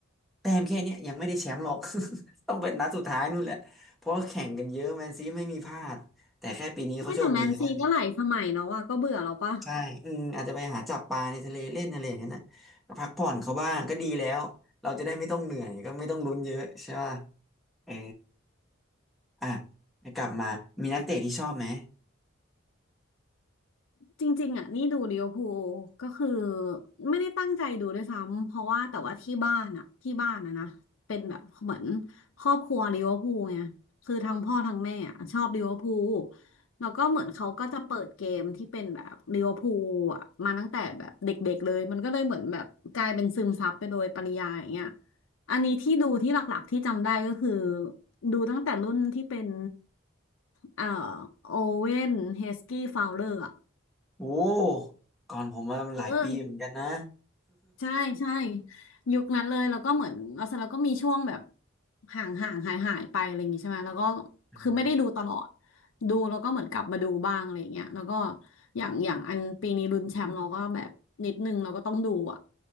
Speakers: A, in the centre; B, on the left.
A: แต้มแค่เนี้ยยังไม่ได้แชมป์หรอก <laughs> ต้องเป็นนัดสุดท้ายนู่นแหละเพราะว่าแข่งกันเยอะแมนซีไม่มีพลาดแต่แค่ปีนี้เขาโชคดีเขาเนี่ย
B: ไม่แต่แมนซีก็หลายสมัยแล้วอะก็เบื่อแล้วปะ
A: ใช่อืมอาจจะไปหาจับปลาในทะเลเล่นอะไรอย่างนั้นนะพักผ่อนเขาบ้างก็ดีแล้วเราจะได้ไม่ต้องเหนื่อยก็ไม่ต้องลุ้นเยอะใช่ป่ะเออ อ่ะกลับมามีนักเตะที่ชอบไหม
B: จริงๆอ่ะนี่ดูลิเวอร์พูลก็คือไม่ได้ตั้งใจดูด้วยซ้ำเพราะว่าแต่ว่าที่บ้านอ่ะที่บ้านอ่ะนะเป็นแบบเหมือนครอบครัวลิเวอร์พูลไงคือทั้งพ่อทั้งแม่อ่ะชอบลิเวอร์พูลแล้วก็เหมือนเขาก็จะเปิดเกมที่เป็นแบบลิเวอร์พูลอ่ะมาตั้งแต่แบบเด็กๆเลยมันก็เลยเหมือนแบบกลายเป็นซึมซับไปโดยปริยายอย่างเงี้ยอันนี้ที่ดูที่หลักๆที่จำได้ก็คือดูตั้งแต่รุ่นที่เป็นเอ่อโอเว่นเฮสกี้ฟาวเลอร์
A: โอ้ก่อนผมมาหลายปีเหมือนกันนะ
B: เออยุคใช่ใช่ยุคนั้นเลยแล้วก็เหมือนเราเสร็จแล้วก็มีช่วงแบบห่างห่างหายหายไปอะไรอย่างงี้ใช่ไหมแล้วก็
A: <laughs> อืม
B: คือไม่ได้ดูตลอดดูแล้วก็เหมือนกลับมาดูบ้างอะไรอย่างเงี้ยแล้วก็อย่างอย่างอันปีนี้ลุ้นแชมป์เราก็แบบนิดนึงเราก็ต้องดูอ่ะ